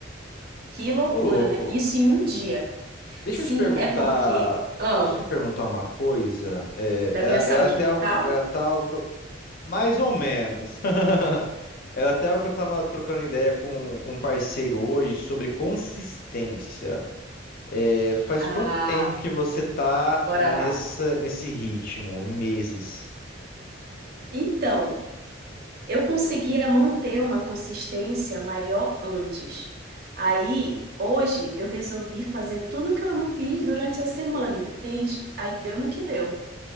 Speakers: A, on the right (about 55°); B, on the left (about 50°).
A: Que loucura,
B: Ô, louco.
A: né? Isso em um dia.
B: Deixa
A: Sim,
B: eu te perguntar.
A: é porque, ah,
B: Deixa eu te perguntar uma coisa. É,
A: da
B: era,
A: minha saúde
B: era até
A: mental?
B: algo, era tal, Mais ou menos. <laughs> Era até algo que eu tava trocando ideia com, com um parceiro hoje sobre consistência. É, faz
A: Ah,
B: quanto tempo que você tá
A: bora
B: nessa,
A: lá.
B: nesse ritmo, em meses?
A: Então, eu conseguia manter uma consistência maior antes. Aí, hoje, eu resolvi fazer tudo que eu não fiz durante a semana, entende? Aí deu no que deu.